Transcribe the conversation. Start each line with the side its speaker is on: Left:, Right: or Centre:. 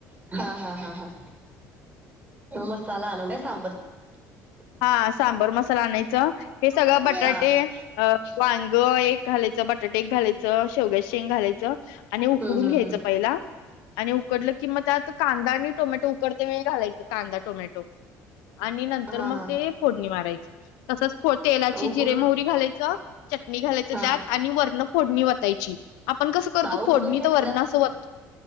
Right: हा. हा. हा. हा. मसाला आणू काय सांबरचा? <inaudible>
Left: हा सांबर मसाला आणायच. हे सगळं बटाटे
Right: हा
Left: अ वांग एक घालायचं, बटाटे एक घालायचं शेवग्याची शेंग घालायचं आणि उकडून
Right: हम्म हम्म हम्म
Left: घ्यायचं पहिला आणि उकडलं की मग त्यात कांदा आणि टोमॅटो उकडते वेळ घालायचं कांदा टोमॅटो. आणि नंतर
Right: हा
Left: मग
Right: हा
Left: ते फोडणी मारायची. तसंच तेलाची
Right: उकडून
Left: जिरे, मोहरी घालायचं. चटणी घालायचं
Right: हा
Left: त्यात आणि वरण फोडणी वतायची. आपण कसं करतो
Right: हा उकडून
Left: फोडणी
Right: घेतलास
Left: तर वरण असं वत